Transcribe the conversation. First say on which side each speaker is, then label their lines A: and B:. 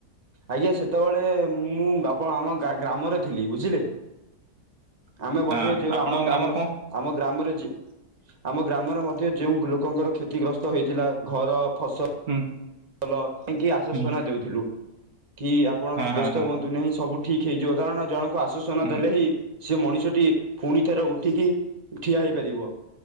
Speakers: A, on the right; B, on the right.
A: ଆଜ୍ଞା ସେତେବେଳେ ମୁଁ ଆପଣ ଆମ ଗ୍ରାମରେ ଥିଲି ବୁଝିଲେ। ଆମେ ବୋଧେ
B: ହଁ
A: ଯେଉ
B: ଆପଣଙ୍କ
A: ଆମ
B: ଗ୍ରାମର
A: ଗ୍ରାମ
B: କଣ
A: ଆମ ଗ୍ରାମରେ ଜି ଆମ ଗ୍ରାମରେ ମଧ୍ୟ ଯେଉଁ ଲୋକଙ୍କର କ୍ଷତିଗ୍ରସ୍ତ ହେଇଥିଲା ଘର ଫସ
B: ହୁଁ।
A: ଭଲ କି ଆଶ୍ୱସନା
B: ହୁଁ
A: ଦଉଥିଲୁ କି ଆପଣ
B: ହଁ ହଁ
A: ବ୍ୟସ୍ତ
B: ହଁ
A: ହୁଅନ୍ତୁ ନାହିଁ ସବୁ ଠିକ ହେଇଯିବ କାରଣ ଜଣଙ୍କୁ ଆଶ୍ଵସନ
B: ହୁଁ
A: ଦେଲେ ହିଁ ସେ ମଣିଷଟି ପୁଣି ଥର ଉଠିକି ଠିଆ ହେଇପାରିବ।